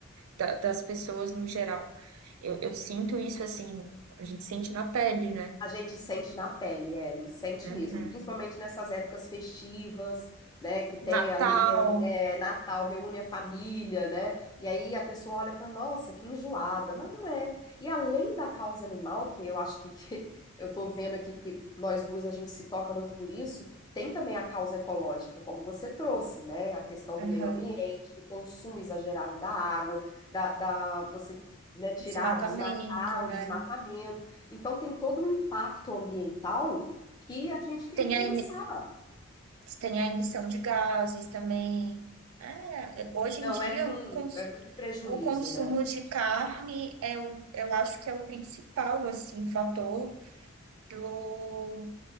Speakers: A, on the right; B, on the left.
A: da- das pessoas no geral. Eu, eu sinto isso assim, a gente sente na pele, né?
B: A gente sente na pele, Ellen, sente
A: Uhum.
B: mesmo, principalmente nessas épocas festivas, né, que tem
A: Natal,
B: ali reu- é, Natal, reúne a família, né, e aí a pessoa olha e fala, nossa, que enjoada, mas não é. E além da causa animal, que eu acho que, <laughs> que eu tô vendo aqui que nós duas a gente se toca muito por isso, tem também a causa ecológica, como você trouxe, né, a questão
A: uhum.
B: do meio ambiente, do consumo exagerado da água, da, da você, né,
A: Desmatamento,
B: tirar, desmatar, o
A: né?
B: desmatamento, então, tem todo um impacto ambiental que a gente tem
A: Tem
B: que
A: a
B: pensar.
A: Você tem a emissão de gases também. É, hoje
B: Não,
A: em dia,
B: é muito,
A: o, cons-
B: é muito prejuízo,
A: o consumo
B: né?
A: de carne é, o- eu acho que é o principal, assim, fator do,